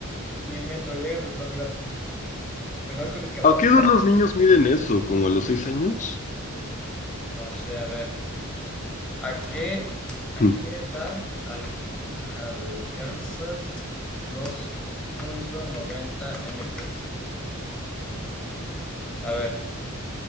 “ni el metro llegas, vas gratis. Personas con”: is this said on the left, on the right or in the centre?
Centre